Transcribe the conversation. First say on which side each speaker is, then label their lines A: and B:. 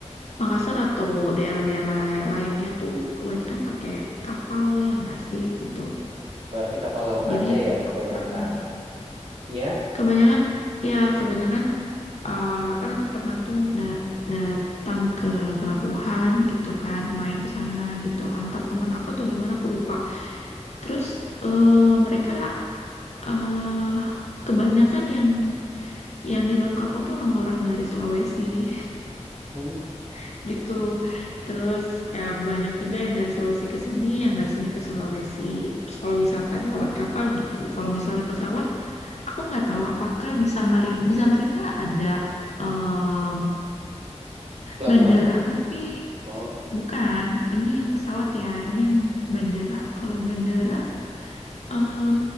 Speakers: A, on the left; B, on the right.
A: Makassar atau daerah-daerah yang lainnya tuh kebanyakan pakai kapal ya nggak sih gitu.
B: berarti kapal laut
A: Jadi
B: aja ya kebanyakan.
A: aku pernah
B: Ya,
A: Kebanyakan ya kebanyakan eh, kan aku pernah tuh da- datang ke pelabuhan gitu kan main ke sana gitu antar teman aku atau gimana aku lupa. Terus eh, mereka eh kebanyakan yang yang di dalam kapal tuh orang-orang dari Sulawesi
B: Hmm.
A: <laughs> gitu. Terus ya banyak juga yang dari Sulawesi ke sini, yang dari sini ke Sulawesi. Terus kalau wisata lewat kapal gitu. Kalau misalnya pesawat Aku nggak tahu apakah di Samarinda, di Samarinda ada em,
B: pelabuhan.
A: bandara, tapi
B: Oh.
A: bukan. Ini yang pesawat ya, ini yang bandara. Kalau bandara, eh